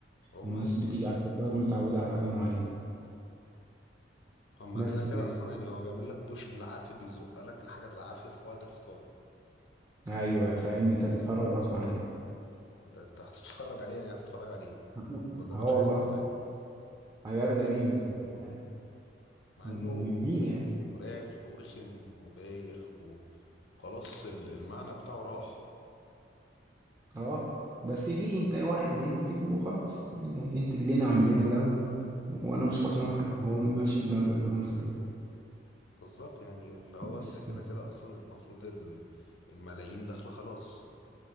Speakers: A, on the left (about 75°); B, on the right (about 20°).
A: هما
B: الناس
A: اه
B: بتيجي
A: بي...
B: على الفطار متعوده على حاجه معينه
A: هما
B: بس
A: كده كده
B: كده
A: اصلا يعني هو بيعمل لك بوش بالعافيه بيزق لك الحاجه بالعافيه في وقت الفطار
B: ايوه فاهم انت تتفرج غصب عنك
A: انت انت هتتفرج عليه يعني هتتفرج عليه
B: <laughs>
A: ما قدامكش
B: اه والله
A: اي حلول تاني
B: حاجات غريبه يعني
A: مع
B: مملين
A: انه م- ممل
B: يعني
A: وراخ ورخم وبايخ وخلاص ال- المعنى بتاعه راح
B: اه بس في انت واحد بينتج وخلاص يعني انتج لنا اعمل لنا ده و... وانا مش خسران حاجه هو ماشي بمبدأ ضروري كده
A: بالظبط يعني اللي هو انت
B: بس كده.
A: كده كده اصلا المفروض ال- الملايين داخله خلاص